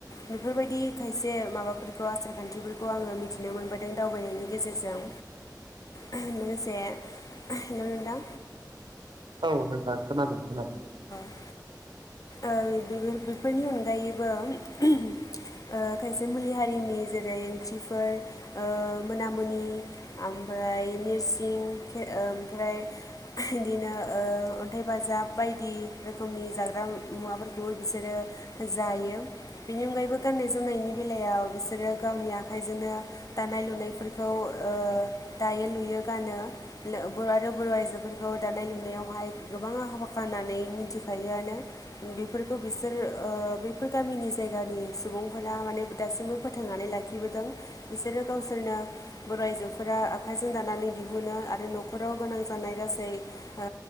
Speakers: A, on the left; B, on the right.
A: बेफोरबायदि खायसे माबाफोरखौ आसार खान्थिफोरखौ आङो मिथिनो मोनबो दों दावबायनायनि गेजेरजों। लोगोसे हेलौ नोंथां।
B: औ नोंथा खोनादों खोनादों।
A: <inaudible> ओ बेबो बेफोरनि अनगायैबो ओ खायसे मुलि हारिनि जेरै गायै ओंख्रिफोर ओ मोनामुनि ओमफ्राय नोरसिं ओ ओमफ्राय बिदिनो ओ अन्थाइ बाजाब बायदि रोखोमनि जाग्रा मुवाफोरखौबो बिसोरो जायो बिनि अनगायैबो गा गाननाय जोमनायनि बेलायाव बिसोरो गावनि आखाइजोंनो दानाय लुनायफोरखौ ओ दायो लुयो गानो नो बर' आरो बर' आइजोफोरखौ दानाय लुनायावहाय गोबाङा हाबा फाननानै मिनथिखायोआनो बेफोरखौ बिसोर ओ बेफोर गामिनि जायगानि सुबुं बुंफोरा माने दासिमबो फोथांनानै लाखिबोदों बिसोरो गावसोरनो बर' आइजोफोरा आखाइजों दानानै दिहुनो आरो न'खराव गोनां जानाय गासै ओ